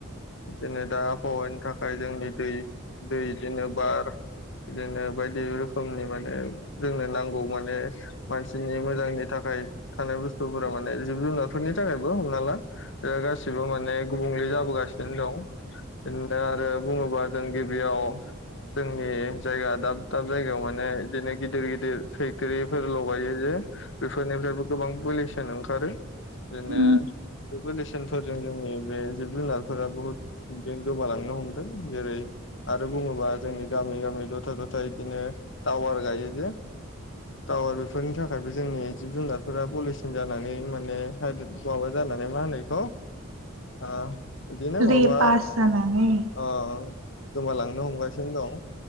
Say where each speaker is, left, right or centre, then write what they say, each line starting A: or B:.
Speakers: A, on the left; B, on the right.
A: बिदिनो दा आबहावानि थाखाय जोंनि दै दै बिदिनो बार, बिदिनो बायदि रोखोमनि माने जोंनो नांगौ माने मानसिनि मोजांनि थाखाय थानाय बुस्थुफोरा माने जिब-जुनारफोरनि थाखायबो हमना ला गासिबो माने गुबुंले जाबोगासिनो दं। बिदिनो आरो बुङोबा जों गिबियाव जोंनि जायगा दाब-दाब जायगायाव माने बिदिनो गिदिर गिदिर फेक्टरिफोर लगायो जे, बेफोरनिफ्रायबो गोबां पलिसन ओंखारो बिदिनो
B: उम
A: बे पलिउसनफोरजों जोंनि बे जिब-जुनारफोरा बुहुद बिदि गोमालांनो हमदों जेरै- आरो बुङोबा जोंनि गामि-गामि दथा-थथा बिदिनो टावार गायो जे
B: <inaudible>
A: टावार बेफोरनि थाखायबो जोंनि जिब-जुनारफोरा पलिसिन जानानै माने हाइद्रिद माबा जानानै मा होनो बेखौ आ बिदिनो
B: रे
A: माबा
B: पास जानानै
A: आ गोमालां नो हमगासिनो दं।